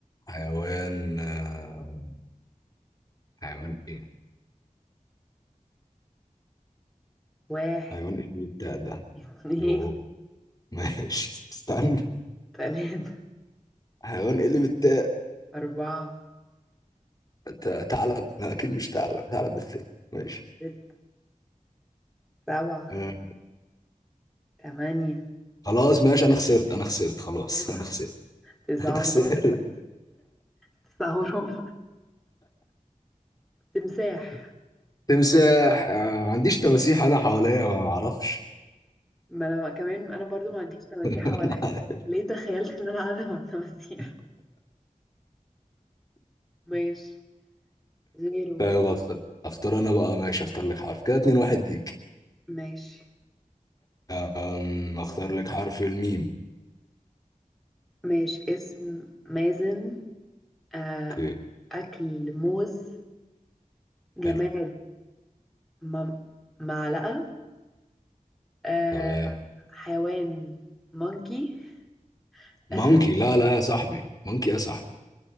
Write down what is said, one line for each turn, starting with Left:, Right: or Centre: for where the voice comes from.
Left: حيوان آه، حيوان ايه
Centre: واحد
Left: حيوان ايه اللي بالتاء ده
Centre: <laughs> اتنين
Left: يوه ماشي <laughs> استنى
Centre: تلاتة
Left: حيوان ايه اللي بالتاء
Centre: أربعة
Left: ت- ثعلب لا اكيد مش ثعلب ثعلب بالثاء ماشي
Centre: ستة سبعة
Left: آه،
Centre: تمانية
Left: خلاص ماشي انا خسرت انا خسرت خلاص
Centre: تسعة
Left: <laughs> انا خسرت
Centre: تسعة
Left: انا خسرت
Centre: ونص تسعة وربع تمساح
Left: تمساح آه، ما عنديش تماسيح انا حواليا ما اعرفش
Centre: ما أنا كمان أنا برضو ما عنديش تماسيح حواليا
Left: <laughs> أنا عارف.
Centre: ليه تخيلت إن أنا قاعدة مع التماسيح ماشي زيرو
Left: فاهم اختار اختار انا بقى ماشي اختار لك حرف كده اتنين واحد ليك
Centre: ماشي
Left: أم، اختار لك حرف الميم
Centre: ماشي اسم مازن آه
Left: اوكي
Centre: أكل موز جماد
Left: حلو
Centre: م- معلقة آه
Left: تمام
Centre: حيوان مونكي <laughs>
Left: مونكي
Centre: آه
Left: لا لا يا صاحبي مونكي يا صاحبي